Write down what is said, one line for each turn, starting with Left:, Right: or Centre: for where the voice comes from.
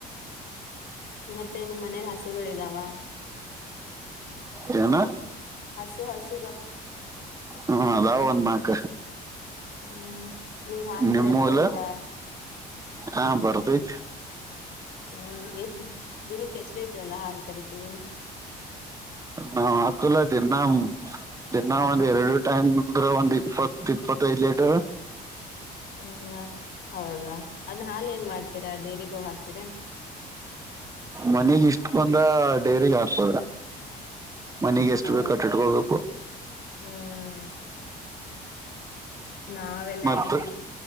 Left: ಮತ್ತೆ ನಿಮ್ಮ್ ಮನೇಲಿ ಹಸುಗಳಿದಾವ
Right: ನ
Left: ಹಸು ಹಸು
Right: ಹ್ಮ ಅದಾವ ಒಂದ ನಕ್
Left: ಹ್ಮ್ ನಿಂಗ್ ಹಾಲ್
Right: ನಿಮ್ಮೂಲ
Left: ಕರಿಯಕ್ ಬರುತ್ತಾ
Right: ಹ ಬರ್ತೈತಿ
Left: ಹ್ಮ್ ಎಷ್ಟ ದಿನಕ್ಕೆ ಎಷ್ಟ ಲೇಟ್ರಲ್ಲ ಹಾಲ್ ಕರಿೀತೀನ ನೀನ್
Right: ನಾವ್ ಆತಲ್ಲ ದಿನ ದಿನಾ ಒಂದ್ ಎರಡು ಟೈಮ್ ಅ್ರ ಒಂದ್ ಇಪ್ಪತ್ ಇಪ್ಪತ್ತು ಕ ಲಟ
Left: ಹ್ಮ ಹೌದಾ ಅದ್ ಹಾಾಲ ಏನ್ ಮಾಡ್ತೀರಾ ಡೈರಿಗೋಗ ಹಾಕ್ತೀರ
Right: ಮನೆಗ್ ಇಷ್ಟ ಬಂದ್ರ ಡೈರಿಗ್ ಹಾಕ್ಬೋದ್ರ ಮನೆಗ್ ಎಷ್ಟು
Left: ಆ
Right: ಬೇಕು ಅಟ್ಟಿಟ್ಕೊಬೇಕು
Left: ಹ್ಮ್ ನಾವೆಲ್ಲಾ
Right: ಮತ್
Left: ಇಲ್ಲಿ